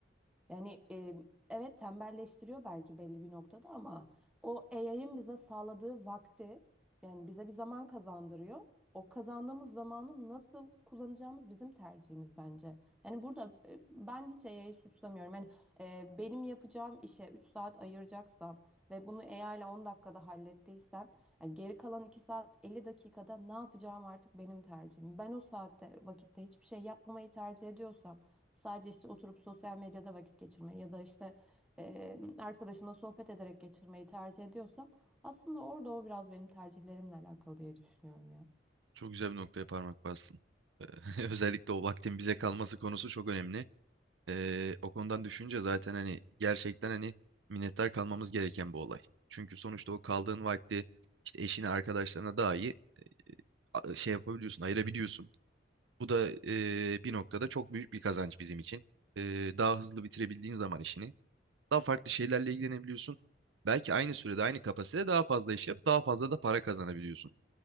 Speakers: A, in the centre; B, on the right (about 85°).
A: Yani e, evet tembelleştiriyor belki belli bir noktada ama o AI'ın bize sağladığı vakti yani bize bir zaman kazandırıyor. O kazandığımız zamanı nasıl kullanacağımız bizim tercihimiz bence. Yani burada e, ben hiç AI'yi suçlamıyorum. Yani e, benim yapacağım işe 3 saat ayıracaksam ve bunu AI ile 10 dakikada hallettiysem yani geri kalan 2 saat 50 dakikada ne yapacağım artık benim tercihim. Ben o saatte vakitte hiçbir şey yapmamayı tercih ediyorsam Sadece işte oturup sosyal medyada vakit geçirmeyi ya da işte e, arkadaşıma sohbet ederek geçirmeyi tercih ediyorsam aslında orada o biraz benim tercihlerimle alakalı diye düşünüyorum ya.
B: Çok güzel bir noktaya parmak bastın. Ee, <laughs> Özellikle o vaktin bize kalması konusu çok önemli. Ee, o konudan düşünce zaten hani gerçekten hani minnettar kalmamız gereken bir olay. Çünkü sonuçta o kaldığın vakti işte eşine, arkadaşlarına daha iyi a- şey yapabiliyorsun, ayırabiliyorsun. Bu da e, bir noktada çok büyük bir kazanç bizim için. Ee, daha hızlı bitirebildiğin zaman işini, daha farklı şeylerle ilgilenebiliyorsun. Belki aynı sürede, aynı kapasitede daha fazla iş yap, daha fazla da para kazanabiliyorsun.